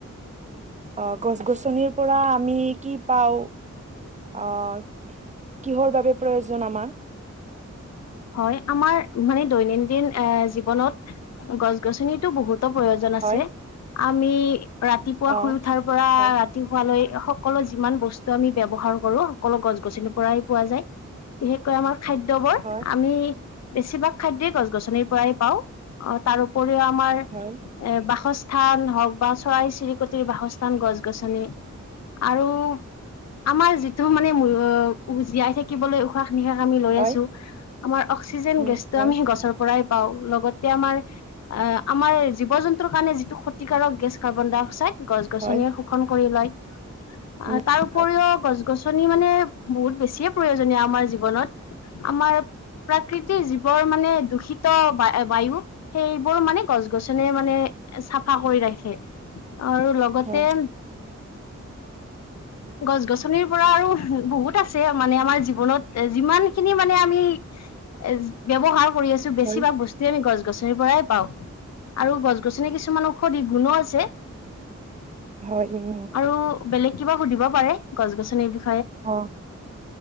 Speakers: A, on the right; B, on the left.
A: অহ, গছ- গছনিৰ পৰা আমি কি পাওঁ? অহ, কিহৰ বাবে প্ৰয়োজন আমাক?
B: হয় আমাৰ মানে দৈনন্দিন এ' জীৱনত গছ গছনিতো বহুত প্ৰয়োজন আছে
A: হয়
B: আমি ৰাতিপুৱা
A: অ
B: শুই উঠাৰ পৰা
A: হয়
B: ৰাতি শুৱালৈ সকলো যিমান বস্তু আমি ব্যৱহাৰ কৰো সকলো গছ -গছনিৰ পৰাই পোৱা যায়। বিশেষকৈ আমাৰ খাদ্য,
A: হয়
B: আমি বেছিভাগ খাদ্যই গছ- গছনিৰ পৰাই পাওঁ অ', তাৰউপৰি আমাৰ
A: হয়
B: বাসস্থ স্থান হওক বা চৰাই- চিৰিকটিৰ বাসস্থান গছ- গছনি আৰু আমাৰ যিটো মানে জীয়াই থাকিবলৈ উশাহ নিশাক আমি লৈ
A: হয়
B: আছো আমাৰ অক্সিজেন
A: উম
B: গেছটো
A: হয়
B: আমি সেই গছৰ পৰাই পাওঁ। লগতে আমাৰ অ' আমাৰ জীৱ -জন্তুৰ কাৰণে যিটো ক্ষতিকাৰক গেছ কাৰ্বন- ডাই - অক্সাইড গছ -গছনি
A: হয়
B: শোষন কৰি লয় আহ
A: উম
B: তাৰ উপৰিও
A: হয়
B: গছ - গছনি মানে বহুত বেছিয়ে প্ৰয়োজনীয় আমাৰ জীৱনত আমাৰ প্ৰাকৃতিৰ জীৱৰ মানে দূষিত বায়ু সেই বোৰ মানে গছ- গছনিয়ে মানে চাফা কৰি ৰাখে আৰু লগতে
A: হয় <inaudible>
B: গছ গছনিৰ পৰা আৰু বহুত আছে মানে আমাৰ জীৱনত যিমান খিনি মানে আমি এ ব্যৱহাৰ কৰি আছো বেছিভাগ
A: হয়
B: বস্তুৱে আমি গছ গছ গছনিৰ পৰাই পাওঁ। আৰু গছ গছনি কিছুমান ঔষধি গুণো আছে।
A: হয় উম
B: আৰু বেলেগ কিবা সুধিব পাৰে, গছ গছনিৰ বিষয়ে।
A: অ,